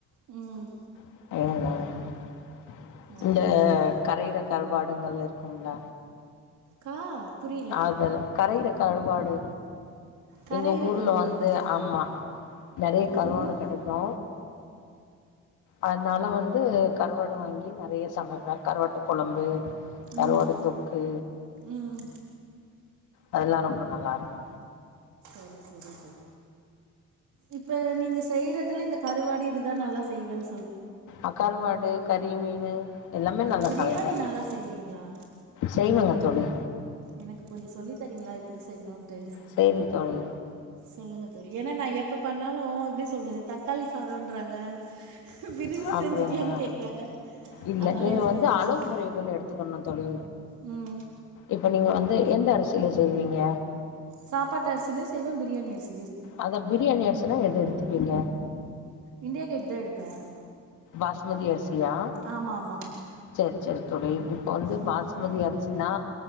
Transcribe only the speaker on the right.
ம்
ஓகே
தோழி
கா புரியல
கரையிற
கடுவாடா
அப்டின்னா
ம்
ம்
சரி சரி ச இப்ப நீங்க செய்றதுல இந்த கருவாடு இதுதா நல்லா செய்வனு
பிரியாணி
நல்லா செய்வீங்களா
எனக்கு கொஞ்சோ சொல்லி தரீங்களா எப்டி செய்யணுட்டு
சொல்லுங்க தோழி ஏனா நா எப்ப பண்ணாலு எப்டி சொல்றது தக்காளி சாதோன்றாங்க பிரிஞ்சு
செஞ்சுட்டியான்னு கேக்குறாங்க
அதனால
எனக்கு
கொஞ்சோ
ம்
சாப்பாட்டு அரிசிலயு செய்வே பிரியாணி அரிசி
இண்டியா கேட் தா எடுப்பே
ஆமா ஆமா
ம்